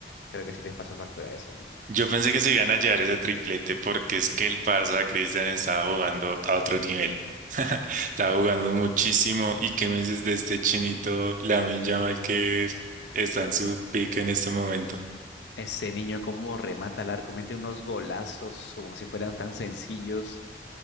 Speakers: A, on the left; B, on the right.
A: Creo que sí les pasó factura eso, ¿no?
B: Yo pensé que se iban a llevar ese triplete porque es que el Barça, Cristian, estaba jugando a otro nivel. <laughs> Estaba jugando muchísimo. ¿Y qué me dices de este chinito Lamine Yamal que está en su pick en este momento?
A: Ese niño cómo remata al arco, mete unos golazos como si fueran tan sencillos.